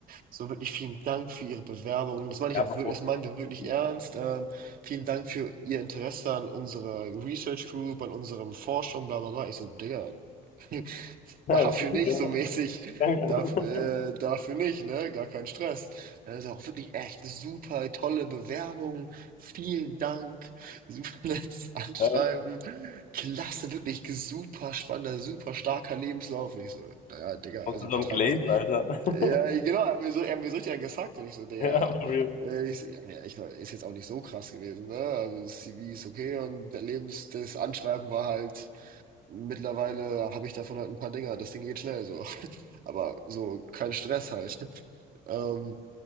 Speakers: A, on the right (about 55°); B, on the left (about 50°).
A: So wirklich vielen Dank für Ihre Bewerbung. Und das meine ich
B: ja
A: auch
B: Bro.
A: wirklich, das meinen wir wirklich
B: Ja,
A: ernst. Ähm, vielen Dank für Ihr Interesse an unserer Research Group, an unserem Forschung, bla bla bla. Ich so, Digga, <laughs> Dafür
B: Dankeschön.
A: nicht, so mäßig.
B: Dankeschön.
A: Dafür, äh, dafür nicht, ne? Gar kein Stress. Ja, Das ist auch wirklich echt super tolle Bewerbung. Vielen Dank. <laughs> Super nettes Anschreiben.
B: Ja,
A: Klasse, wirklich super spannender, super starker Lebenslauf. Und ich so, naja, Digga,
B: kommst
A: also
B: du
A: übertreib
B: zum Glazen,
A: mal.
B: Alter.
A: Ja,
B: <laughs>
A: genau, er hat mir so, er hat mir so richtig einen gesagt. Und ich so, Digga,
B: Ja, for real.
A: äh, ich, so, ja, ja, ich war, ist jetzt auch nicht so krass gewesen, ne? Also das CV ist okay und der Lebens, das Anschreiben war halt. Mittlerweile habe ich davon halt ein paar Dinger. Das Ding geht schnell so. <laughs> Aber so kein Stress halt. <laughs> Ähm,